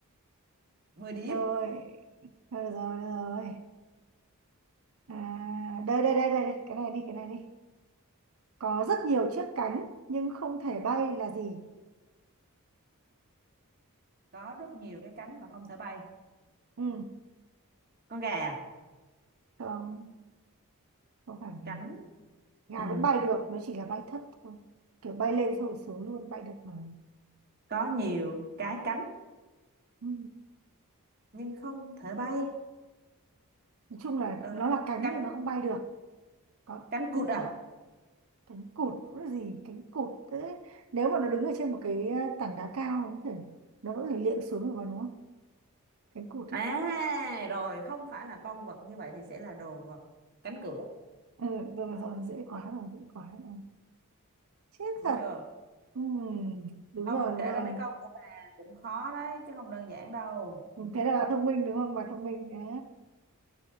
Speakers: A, on the right (about 45°); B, on the right (about 65°).
A: mười điểm
B: rồi rồi rồi rồi à, đây, đây đây đây đây. cái này đi cái này đi có rất nhiều chiếc cánh nhưng không thể bay là gì
A: có rất nhiều cái cánh mà không thể bay
B: ừ
A: con gà à?
B: không không phải
A: cánh
B: gà Gà
A: Ừ,
B: vẫn bay được nó chỉ là bay thấp thôi kiểu bay lên xong rồi xuống luôn bay được mà
A: có nhiều cái cánh
B: ừ.
A: nhưng không thể bay
B: nói chung là
A: Ờ,
B: nó là cánh
A: cánh
B: nhưng nó không bay được còn
A: cánh cụt à
B: nó cánh cụt nó gì cánh cụt thế nếu mà nó đứng ở trên một cái ờ, tảng đá cao nó có thể nó có thể liệng xuống được vào đúng không cánh cụt
A: à
B: ấy
A: rồi không phải là con vật như vậy thì sẽ là đồ vật cánh cửa
B: ừ, rồi rồi dễ quá rồi dễ quá rồi. chết
A: đúng
B: thật
A: chưa
B: Ừm, đúng
A: không
B: rồi đúng
A: kể
B: rồi
A: ra mấy câu của bà cũng khó đấy chứ không đơn giản đâu
B: Ừ, thế là bà thông minh đúng không bà thông minh á